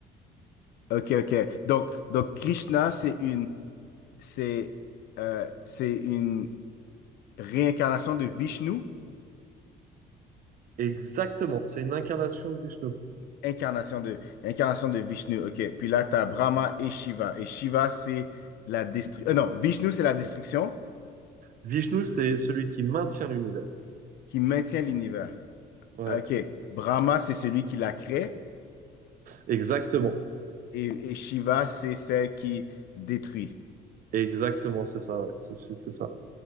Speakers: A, on the left; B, on the right.
A: Ok, ok. Donc, donc Krishna, c'est une, c'est, euh, c'est une réincarnation de Vishnu.
B: exactement. C'est une incarnation de Vishnu.
A: Incarnation de, incarnation de Vishnu, ok. Puis là, tu as Brahma et Shiva. Et Shiva, c'est la destruction. non, Vishnu, c'est la destruction
B: Vishnu, c'est celui qui maintient l'univers.
A: qui maintient l'univers.
B: Ouais,
A: Ah, Ok. Brahma, c'est celui qui la crée.
B: exactement.
A: Et, et Shiva, c'est celle qui détruit.
B: Exactement, c'est ça, ouais. C'est c'est- c'est ça.